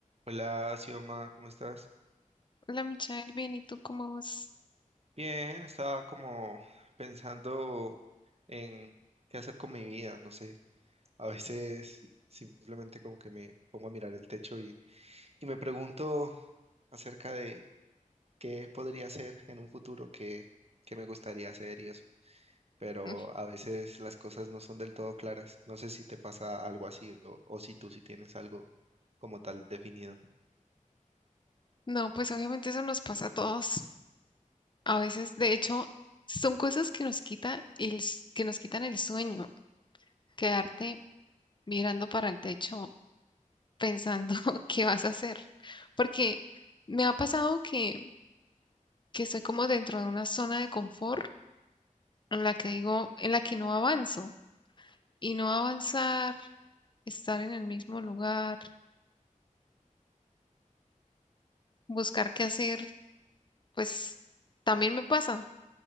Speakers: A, on the right (about 50°); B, on the left (about 35°).
A: Hola, Sioma, ¿cómo estás?
B: Hola Michael, bien, ¿y tú cómo vas?
A: Bien, estaba como pensando en qué hacer con mi vida, no sé. A veces simplemente como que me pongo a mirar el techo y, y me pregunto acerca de qué podría hacer en un futuro, qué, qué me gustaría hacer y eso. Pero
B: Mm,
A: a veces las cosas no son del todo claras. No sé si te pasa algo así o, o si tú sí tienes algo como tal definido.
B: No, pues obviamente eso nos pasa a todos. A veces, de hecho, son cosas que nos quita el, s- que nos quitan el sueño, quedarte mirando para el techo pensando <laughs> qué vas a hacer. Porque me ha pasado que, que estoy como dentro de una zona de confort en la que digo, en la que no avanzo. Y no avanzar, estar en el mismo lugar, buscar qué hacer, pues también me pasa.